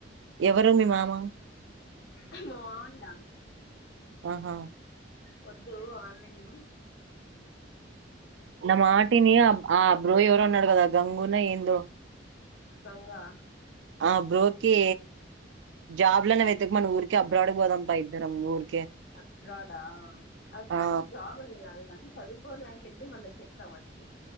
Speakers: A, on the right; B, on the left.
A: ఎవరు మీ మామ
B: హు మా మామయ్య
A: ఆహా
B: వద్దు ఆన్ లైన్
A: నా మాటిని ఆ ఆ బ్రో ఎవరో ఉన్నడుగదా గంగు నా ఏందో
B: గంగా
A: ఆ బ్రోకే జాబ్ లన్నా వెతుకు మను ఊర్ అబ్రాడ్ పొదం భై ద్దరం ఊర్
B: అబ్రాడా అబ్రాడ్కి
A: ఆ
B: జాబ్ అని కాదు కానీ చదుకోవడానికి వెళ్ళి మళ్ళ నవ్వచ్చి